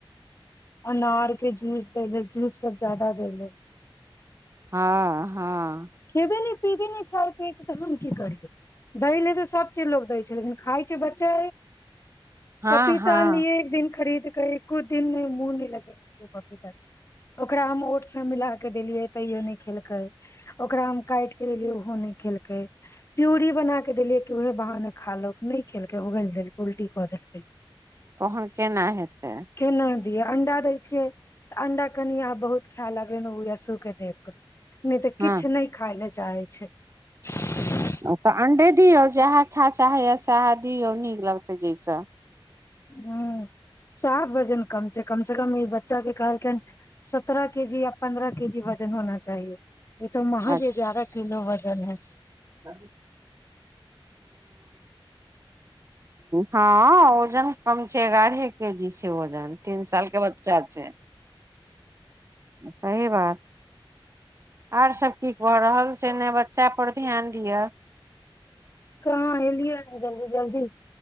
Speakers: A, on the left (about 30°); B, on the right (about 35°).
A: अनार के जूस दे जूस सब जादा देयले
B: हँ हँ
A: खेबे नहि पिबे नहि खााय पियए छी तऽ हम की करिय दय ले सब चीज लोग दै छै लेकिन खाइ छै बच्चे
B: हँ
A: पपीता
B: हँ
A: अनलिए एक दिन खरीद क ई एको दिन मे मुह लगेल केय पपीता ओकरा हम ओठ से मिला के देलियै तैयो नहि खेलकै ओकरा काटि के देलियै ओहो नहि खेलकै प्यूरी बना क के देलिये कि उह बहाने खा लोउ नहि खेलकै उगल देलक उल्टी कऽ देलकै <unintelligible>
B: तहन केना हेतै
A: केना दिय अंडा दै छियै तऽ अंडा कनि अहाँ बहुत खाय लबे ओ यसू के दे कऽ नहि तऽ
B: हँ
A: किछु नहि खााय लए चाहै छै
B: ओ तऽ अण्डे दियौ जएह खायए चाहैए सएह दियौ नीक लगतै जाहिसँ
A: हुँ साफ वजन कम छै कम से कम ई बच्चा कें कहलके सत्रह केजी या पन्द्रह केजी वजन होना चाहिए ई तऽ महज
B: अच्छा
A: ग्यारह किलो वजन है
B: हँ हँ ओजन कम छै एगारहे के जी छै ओजन तीन साल के बच्चा छै सही बात आर सब कीक भऽ रहल छै ने बच्चा पर ध्यान दियअ
A: कहाँ एलियै जल्दी जल्दी